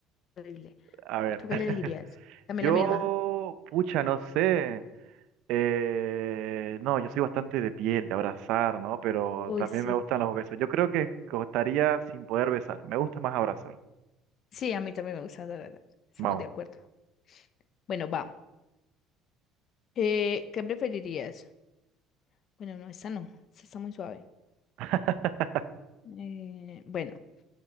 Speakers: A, on the left (about 45°); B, on the right (about 70°).
A: terrible.
B: A ver,
A: ¿Tú qué
B: <laughs>
A: le elegirías? También
B: yo,
A: la misma.
B: pucha, no sé. Eh, no, yo soy bastante de piel, de abrazar, ¿no? Pero
A: Uy,
B: también
A: sí.
B: me gustan los besos. Yo creo que costaría sin poder besar. Me gusta más abrazar.
A: Sí, a mí también me gusta dar besos. Estamos
B: Vamos.
A: de acuerdo. Bueno, va. Eh, ¿qué preferirías? Bueno, no, esta no. Esta está muy suave.
B: <laughs>
A: Eh, bueno,